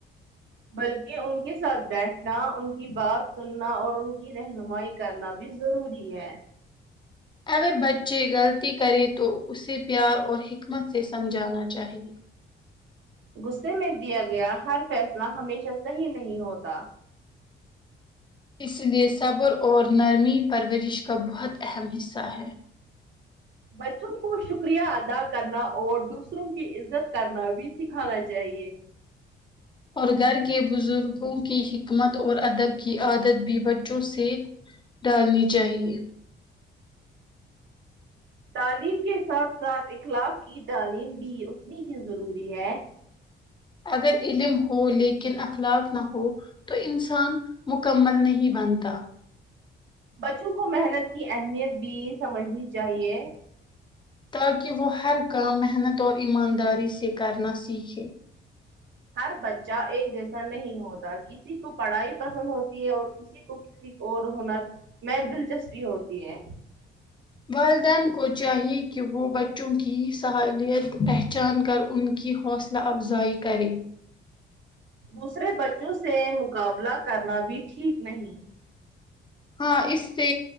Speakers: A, on the right; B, on the left.
A: بلکہ ان کے ساتھ بیٹھنا ان کی بات سننا اور ان کی رہنمائی کرنا بھی ضروری ہے
B: اگر بچے غلطی کرے تو اسے پیار اور حکمت سے سمجھانا چاہیے
A: غصے میں دیا گیا ہر فیصلہ ہمیشہ صحیح نہیں ہوتا
B: اس لیے صبر اور نرمی پرورش کا بہت اہم حصہ ہے
A: بچوں کو شکریہ ادا کرنا اور دوسروں کی عزت کرنا بھی سکھانا چاہیے
B: اور گھر کے بزرگوں کی حکمت اور ادب کی عادت بھی بچوں سے ڈالنی چاہیے
A: تعلیم کے ساتھ ساتھ اخلاق کی تعلیم بھی اتنی ہی ضروری ہے
B: اگر علم ہو لیکن اخلاق نہ ہو تو انسان مکمل نہیں بنتا
A: بچوں کو محنت کی اہمیت بھی سمجھنی چاہیے
B: تاکہ وہ ہر کام محنت اور ایمانداری سے کرنا سیککھے
A: ہر بچہ ایک جیسا نہیں ہوتا کسی کو پڑھائی پسند ہوتی ہے اور کسی کسی کو کسی کو اور ہنر میں دلچسپی ہوتی ہے
B: والدین کو چاہیے کہ وہ بچوں کی صلالیت پہچان کر ان کی حوصلہ اصللہ افزائی کرے
A: دوسرے بچوں سے مقابلہ کرنا بھی ٹھیک نہیں
B: ہاں اس سے